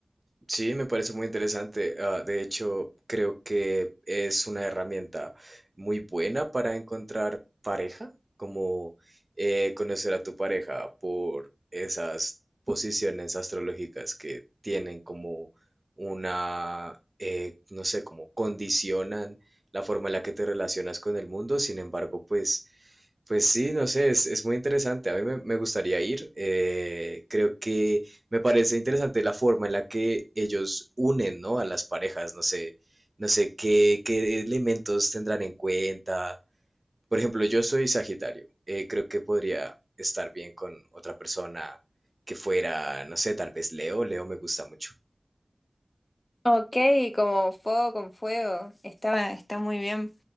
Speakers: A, on the right (about 40°); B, on the left (about 45°).
A: Sí, me parece muy interesante. Ah, de hecho, creo que es una herramienta muy buena para encontrar pareja, como eh, conocer a tu pareja por esas posiciones astrológicas que tienen como una, eh, no sé, como condicionan la forma en la que te relacionas con el mundo. Sin embargo, pues pues sí, no sé, es, es muy interesante. A mí me, me gustaría ir. eh, creo que me parece interesante la forma en la que ellos unen, ¿no? a las parejas. No sé, no sé qué, qué elementos tendrán en cuenta. Por ejemplo, yo soy Sagitario. eh, creo que podría estar bien con otra persona que fuera, no sé, tal vez Leo. Leo me gusta mucho.
B: Ok, como fuego con fuego. Está, está muy bien.